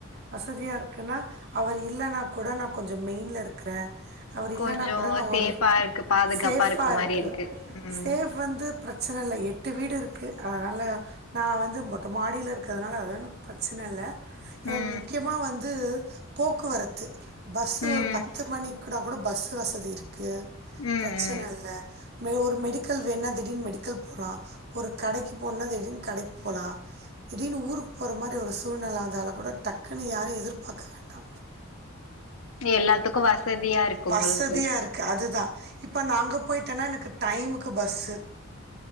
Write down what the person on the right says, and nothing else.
வசதியா இருக்குன்னா அவர் இல்லன்னா கூட நா கொஞ்சொ மெயின்ல இருக்குறே அவர் இல்லன்னா
கூட நா
ஒரு
சேஃபா
இருக்கு
சேஃப் வந்து பிரச்சன இல்ல எட்டு வீடு இருக் இருக்கு அதனால நா வந்து மொட்ட மாடியில இருக்கறதுனால அதோட பிர சன இல்ல எனக்கு
முக்கியமா வந்து போக்குவரத்து பஸ்
ஒரு பத்து மணி கூட கூட பஸ் வசதி இருக் க்கு
பிரச்சன
இல்ல மெ ஒரு மெடிக்கல் வேணா திடீர்னு மெடிக்கல் போலா ஒரு கடைக்கு போண்னா திடீர்னு கடைக்கு போலா திடீர்னு ஊருக்கு போற மாரி ஒரு சூழ்நில வந்தால கூட டக்குன்னு யாரையு எதிர்பார்க்க வேண்டா
வசதியா
இருக்கு அதுதா இப்ப நாங்க போயிட்டேன்னா எனக்கு டைமுக்கு பஸ்ஸு